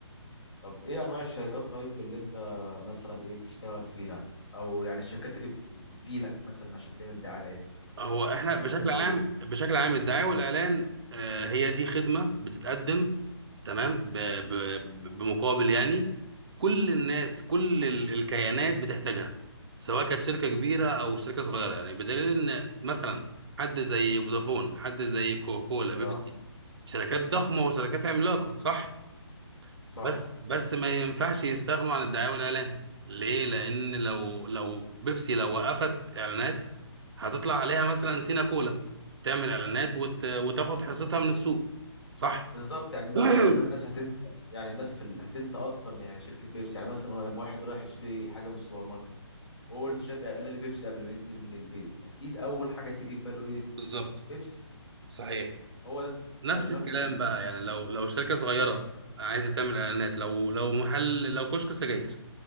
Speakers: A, on the left; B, on the right.
A: طب ايه انواع الشركات طيب اللي انت مثلا ايه بتشتغل فيها او يعني الشركات اللي بت- اللي بتجيلك مثلا عشان تعمل دعاية
B: هو احنا
A: شركات
B: بشكل
A: زي
B: عام بشكل عام الدعاية والإعلان آه، هي دي خدمة بتتقدم تمام ب- ب- بمقابل يعني كل الناس كل ال- الكيانات بتحتاجها سواء كانت شركة كبيرة
A: ايه
B: أو شركة صغيرة يعني بدليل إن مثلا حد زي فودافون حد زي كوكولا بيبسي
A: اه
B: شركات ضخمة وشركات عملاقة صح؟
A: صح
B: بس بس ما ينفعش يستغنوا عن الدعاية والإعلان ليه؟ لأن لو لو بيبسي لو وقفت إعلانات هتطلع عليها مثلا سينا كولا تعمل إعلانات وت... وتاخد حصتها من السوق صح؟
A: بالظبط يعني
B: <coughs>
A: يعني الناس هتنسى يعني الناس في ال... هتنسى اصلا يعني شركة بيبسي يعني مثلا هو لما واحد رايح يشتري حاجة من السوبر ماركت وهو لسه شايف اعلان لبيبسي قبل ما ينزل من البيت اكيد اول حاجه هتيجي في باله ايه
B: <clears throat> بالظبط
A: بيبسي
B: صحيح
A: هو ده
B: نفس
A: ده دماغ
B: الكلام
A: التسويق
B: بقى يعني لو لو شركة صغيرة عايزة تعمل إعلانات لو لو محل لو كشك سجاير